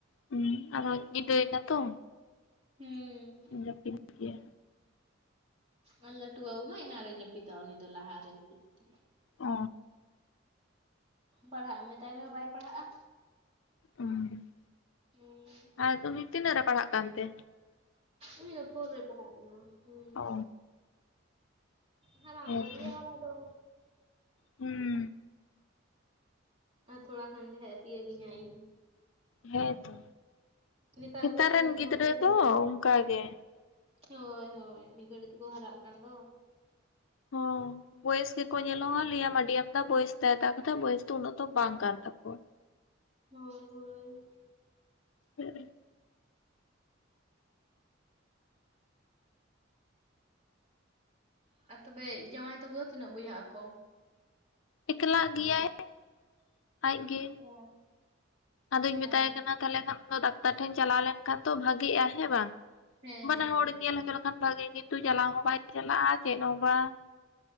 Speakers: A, on the left (about 75°); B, on the right (about 30°).
A: ᱦᱩᱸ ᱟᱫᱚ ᱧᱤᱫᱟᱹᱭ ᱱᱟ ᱛᱚ᱾
B: ᱦᱩᱸ᱾
A: ᱡᱟᱹᱯᱤᱫ ᱜᱮᱭᱟ
B: ᱟᱨ ᱟᱞᱴᱩ ᱵᱟᱵᱩ ᱢᱟ ᱮᱱᱟᱝ ᱨᱮ ᱡᱟᱹᱯᱤᱫᱟ ᱩᱱᱤ ᱞᱟᱦᱟ ᱨᱮ ᱡᱟᱹᱯᱤᱛ ᱠᱮᱫ᱾
A: ᱚ᱾
B: ᱯᱟᱲᱦᱟᱜ ᱮᱢ ᱢᱮᱛᱟᱭ ᱨᱮᱦᱚᱸ ᱵᱟᱭ ᱯᱟᱲᱦᱟᱜ-ᱟ᱾
A: ᱦᱩᱸ
B: ᱦᱩᱸ
A: ᱟᱨ ᱩᱱᱤ ᱛᱤᱱᱟᱹᱜ ᱨᱮ ᱯᱟᱲᱦᱟᱜ ᱠᱟᱱᱛᱮ?
B: ᱩᱱᱤ ᱫᱚ ᱯᱷᱳᱨ ᱨᱮ ᱯᱟᱲᱟᱜ ᱠᱟᱱᱟ‌ ᱦᱩᱸ᱾
A: ᱚ
B: ᱦᱟᱨᱟᱣ
A: ᱦᱮᱸᱛᱚ
B: ᱠᱟᱱ ᱜᱮᱭᱟ ᱦᱟᱨᱟ ᱫᱚ᱾
A: ᱦᱩᱸ᱾
B: ᱟᱨ ᱛᱷᱚᱲᱟ ᱠᱷᱟᱱ ᱜᱮ ᱦᱟᱸᱜ ᱮ ᱛᱤᱭᱳᱜ ᱜᱤᱧᱟ ᱤᱧ᱾
A: ᱦᱮᱸᱛᱚ
B: ᱱᱮᱛᱟᱨ
A: ᱦᱮᱛᱟᱨ
B: ᱠᱚᱨᱮᱱ
A: ᱨᱮᱱ ᱜᱤᱫᱽᱨᱟᱹ
B: ᱢᱟ ᱢᱤᱫ ᱜᱷᱟᱹᱲᱤ
A: ᱫᱚ
B: ᱛᱮᱠᱚ
A: ᱚᱱᱠᱟᱜ ᱜᱮ᱾
B: ᱦᱳᱭ ᱦᱳᱭ ᱢᱤᱫ ᱜᱷᱟᱹᱲᱤᱡ ᱛᱮᱠᱚ ᱦᱟᱨᱟᱜ ᱠᱟᱱ ᱫᱚ ᱾
A: ᱦᱸ ᱾ ᱵᱚᱭᱮᱥ ᱜᱮᱠᱚ ᱧᱮᱞᱚᱜᱼᱟ ᱞᱟᱹᱭᱟᱢᱟ ᱟᱹᱰᱤᱟᱢ ᱮᱫᱟ ᱵᱚᱭᱮᱥ ᱛᱟᱭᱛᱟᱜ ᱠᱟᱛᱷᱟ ᱵᱚᱭᱮᱥ ᱫᱚ ᱩᱱᱟᱹᱜ ᱫᱚ ᱵᱟᱝ ᱠᱟᱱ ᱛᱟᱠᱚᱣᱟ ᱾
B: ᱦᱳᱭ ᱦᱳᱭ ᱾
A: ᱦᱮᱸ ᱾
B: ᱟᱨ ᱛᱚᱵᱮ ᱡᱟᱶᱟᱭ ᱛᱟᱠᱚ ᱫᱚ ᱛᱤᱱᱟᱹᱜ ᱵᱚᱭᱦᱟᱜ ᱟᱠᱚ?
A: ᱮᱠᱞᱟ ᱜᱮᱭᱟᱭ ᱾ ᱟᱡᱜᱮ
B: ᱚ
A: ᱟᱫᱚᱧ ᱢᱮᱛᱟᱭ
B: ᱚ
A: ᱠᱟᱱᱟ ᱛᱟᱦᱞᱮ ᱠᱷᱟᱱ ᱾ ᱰᱟᱠᱛᱟᱨ ᱴᱷᱮᱱ ᱪᱟᱞᱟᱣ ᱞᱮᱱᱠᱷᱟᱱ ᱫᱚ ᱵᱷᱟᱜᱮᱜ-ᱟ ᱦᱮᱸ ᱵᱟᱝ
B: ᱦᱮᱸ
A: ᱵᱟᱱᱟᱮ
B: ᱦᱮᱸ
A: ᱦᱚᱲᱧ
B: ᱦᱮᱸ
A: ᱧᱮᱞ ᱦᱚᱪᱚ ᱾ ᱠᱷᱟᱱ ᱵᱷᱟᱜᱮ ᱠᱤᱱᱛᱩ ᱪᱟᱞᱟᱣ ᱦᱚᱸ ᱵᱟᱭ ᱪᱟᱞᱟᱜ-ᱟ ᱪᱮᱫ ᱦᱚᱸ ᱵᱟᱝ ᱾